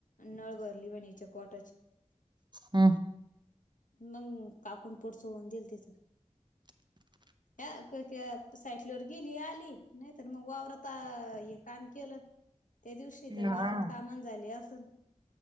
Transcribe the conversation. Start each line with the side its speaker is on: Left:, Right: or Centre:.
Left: नळ गरली पण याच्या पोट
Right: हम्
Left: मग काकून पोट चोळून देईल तचं
Right: <inaudible>
Left: अ काय की क साईकलीवर गेली आली नाहीतर मग वावरता हे काम केलं - त्या दिवशी
Right: हम्म
Left: ते
Right: हा
Left: वावरात कामान झाली असून